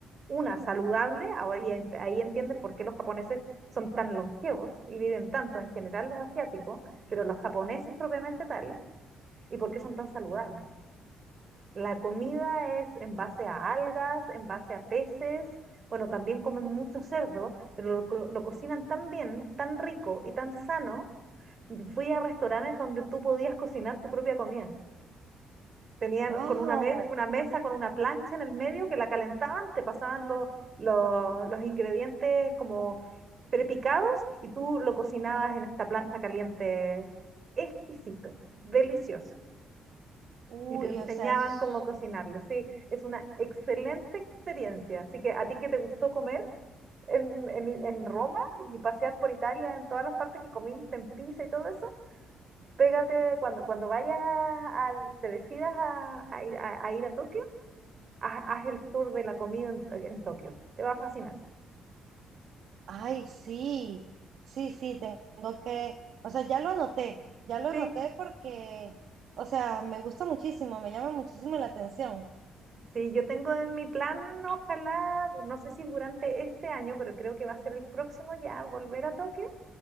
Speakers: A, on the right; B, on the right.
A: una saludable. Ahora y ent- ahí entiendes por qué los japoneses son tan longevos y viven tanto en general los asiáticos, pero los japoneses propiamente tal y por qué son tan saludables. La comida es en base a algas, en base a peces. Bueno, también comen mucho cerdo, pero lo, co- lo cocinan tan bien, tan rico y tan sano. Fui a restaurantes donde tú podías cocinar tu propia comida. Tenían
B: ¡Wow!
A: con una, mes- una mesa con una plancha en el medio que la calentaban, te pasaban los, los, los ingredientes como prepicados y tú lo cocinabas
B: Ajá.
A: en esta plancha caliente. Exquisito, delicioso.
B: Uy,
A: Y te enseñaban
B: o sea, eso es...
A: cómo cocinarlo. Sí, es una excelente experiencia. Así que a ti que te gustó comer en, en, en Roma y pasear por Italia en todas las partes que comiste, en Pisa y todo eso, pégate cuando, cuando vayas, al, te decidas a, a ir, a, a ir a Tokio, haz, haz el tour de la comida en, en Tokio. Te va a fascinar.
B: Ay, sí, sí, sí, tengo que... O sea, ya lo anoté, ya lo
A: Sí,
B: anoté porque, o sea, me gusta muchísimo, me llama muchísimo la atención.
A: sí, yo tengo en mi plan, ojalá, no sé si durante este año, pero creo que va a ser el próximo ya, volver a Tokio